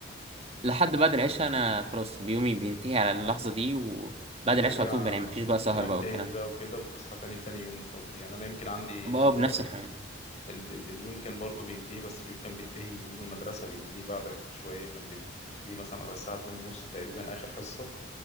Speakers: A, on the right; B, on the left.
A: لحد بعد العشاء انا خلاص بيومي بينتهي على اللحظة دي وبعد
B: وترجع
A: العشاء على طول بنام مفيش بقى سهر
B: تنام
A: بقى
B: تاني
A: والكلام
B: بقى
A: ده
B: وكده وتصحى تاني لتاني يوم وتقضي يعني انا يمكن عندي
A: بقى
B: آه،
A: بنفس الحماس
B: ال ال اليوم كان برضو بينتهي بس اليوم كان بينتهي يوم المدرسة بينتهي بعدك بشوية كان بي- بينتهي مثلا على الساعة اتنين ونص تقريبا آخر حصة